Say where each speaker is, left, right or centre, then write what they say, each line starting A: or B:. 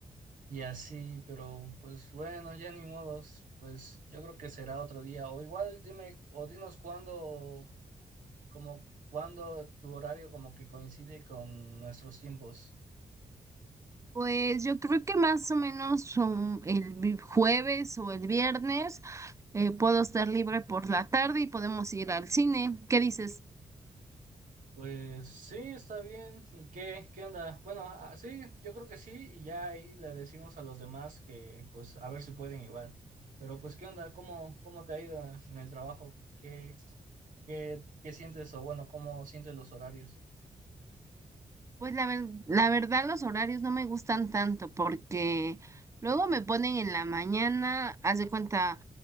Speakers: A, on the right (about 70°); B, on the right (about 20°).
A: y así, pero pues bueno, ya ni modos, pues yo creo que será otro día. O igual dime, o dinos cuándo, como cuándo tu horario como que coincide con nuestros tiempos.
B: Pues yo creo que más o menos um, el vi- jueves o el viernes eh, puedo estar libre por la tarde y podemos ir al cine. ¿Qué dices?
A: Pues sí, está bien. ¿Y qué, qué onda? Bueno, ah, sí, yo creo que sí, y ya ahí le decimos a los demás que pues a ver si pueden igual. Pero pues qué onda, ¿cómo, cómo te ha ido en el trabajo? ¿Qué, qué, qué sientes o bueno, cómo sientes los horarios?
B: Pues la ver- la verdad los horarios no me gustan tanto porque luego me ponen en la mañana, haz de cuenta,